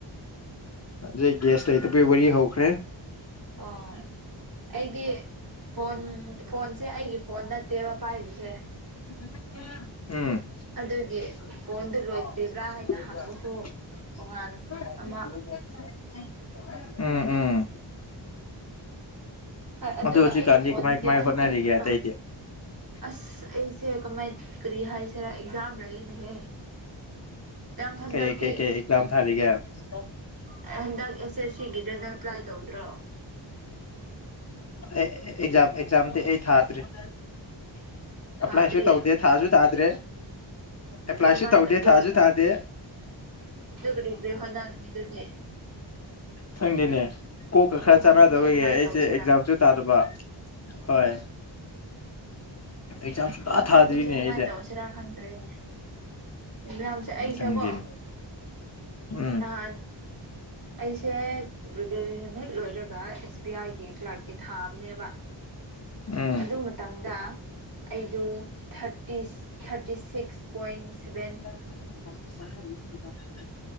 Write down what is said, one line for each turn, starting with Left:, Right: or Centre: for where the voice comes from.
Left: ꯖꯩ ꯒ꯭ꯌꯥꯁ ꯂꯩꯇꯕꯩ ꯋꯥꯔꯤ ꯍꯧꯈ꯭ꯔꯦ
Right: ꯑꯣ ꯑꯩꯗꯤ ꯐꯣꯟ ꯐꯣꯟꯁꯦ ꯑꯩꯒꯤ ꯐꯣꯟ ꯅꯠꯇꯦꯕ ꯄꯥꯏꯔꯤꯁꯦ
Left: ꯎꯝ <unintelligible> <unintelligible>
Right: ꯑꯗꯨꯒꯤ ꯐꯣꯟꯗꯨ ꯂꯣꯏꯗ꯭ꯔꯤꯕ꯭ꯔꯥ ꯍꯥꯏꯅ ꯍꯪꯕꯁꯨ ꯇꯣꯉꯥꯟ ꯑꯃ
Left: ꯎꯝ ꯎꯝ
Right: ꯍ ꯑꯗꯨꯒ
Left: ꯑꯗꯨ ꯍꯧꯖꯤꯛꯀꯥꯟꯗꯤ
Right: ꯑꯩꯒꯤ ꯐꯣꯟꯗꯒꯤ
Left: ꯀꯃꯥꯏ ꯀꯃꯥꯏ
Right: ꯑꯃꯨꯛꯀ
Left: ꯍꯣꯠꯅꯔꯤꯒꯦ ꯑꯇꯩꯗꯤ
Right: ꯑ ꯑꯁ ꯑꯩꯁꯦ ꯀꯃꯥꯏꯅ ꯀꯔꯤ ꯍꯥꯏꯁꯤꯔꯥ ꯑꯦꯛꯖꯥꯝ ꯂꯩꯌꯦꯅꯦꯍꯦ ꯀ꯭ꯌꯥꯝ ꯍꯟꯗꯒꯦ
Left: ꯀꯩ ꯀꯩ ꯀꯩ <unintelligible>
Right: ꯑꯩ ꯍꯟꯗꯛ ꯑꯦꯁ ꯑꯦꯁ ꯁꯤꯒꯤꯗꯨꯅ ꯇ꯭ꯔꯥꯏ ꯇꯧꯗ꯭ꯔꯣ
Left: ꯑꯦ ꯑꯦꯛꯖꯝ ꯑꯦꯛꯖꯝꯗꯤ ꯑꯩ ꯊꯥꯗ꯭ꯔꯤ
Right: ꯊꯥꯗ꯭ꯔꯤ
Left: ꯑꯄ꯭ꯂꯥꯏꯁꯨ ꯇꯧꯗꯦ ꯊꯥꯖꯨ ꯊꯥꯗ꯭ꯔꯦ ꯑꯦꯄ꯭ꯂꯥꯏꯁꯨ
Right: ꯑꯗꯨ ꯀꯃꯥꯏꯅ
Left: ꯇꯧꯗꯦ
Right: ꯇꯧꯗꯧꯔꯤ
Left: ꯊꯥꯁꯨ ꯊꯥꯗꯦ
Right: ꯗꯨ ꯀꯔꯤ ꯀꯔꯤ ꯍꯣꯠꯅꯅꯤꯡꯉꯤ ꯑꯗꯨꯗꯤ <inaudible>
Left: ꯈꯪꯗꯦꯅꯦ ꯀꯣꯛꯀ
Right: ꯑꯩꯈꯣꯏ
Left: ꯈꯔ ꯆꯥꯟꯅꯗꯕ
Right: ꯀꯥꯡꯕꯨꯁꯦ ꯀꯃꯥꯏꯅ
Left: ꯌꯥꯏ ꯑꯩꯁꯦ
Right: ꯇꯧꯁꯤꯔꯥ
Left: ꯑꯦꯛꯖꯥꯝꯁꯨ ꯊꯗꯕ ꯍꯣꯏ ꯑꯦꯛꯖꯥꯝ ꯁꯨꯡꯊꯥ
Right: ꯅꯣꯏ ꯀꯥꯡꯕꯨꯁꯦ
Left: ꯊꯥꯗ꯭ꯔꯤꯅꯦ
Right: ꯀꯃꯥꯏ
Left: ꯑꯩꯁꯦ
Right: ꯇꯧꯁꯤꯔꯥ ꯈꯪꯗ꯭ꯔꯦꯅꯦ ꯑꯦꯛꯖꯥꯝꯁꯦ ꯑꯩꯁꯦ
Left: ꯈꯪꯗꯦꯅꯦ
Right: ꯀꯣ
Left: ꯎꯝ
Right: ꯅꯍꯥꯟ ꯑꯩꯁꯦ ꯒ꯭ꯔꯦꯖꯨꯑꯦꯁꯟ ꯍꯦꯛ ꯂꯣꯏꯔꯒ ꯑꯦꯁ ꯕꯤ ꯑꯥꯏꯒꯤ ꯀ꯭ꯂꯥꯔꯛꯀꯤ ꯊꯥꯕꯅꯦꯕ
Left: ꯎꯝ
Right: ꯑꯗꯨ ꯃꯇꯝꯗ ꯑꯩꯗꯨ ꯊꯔꯇꯤꯁ ꯊꯔꯇꯤ ꯁꯤꯛꯁ ꯄꯣꯏꯟ ꯁꯦꯕꯦ
Left: <unintelligible>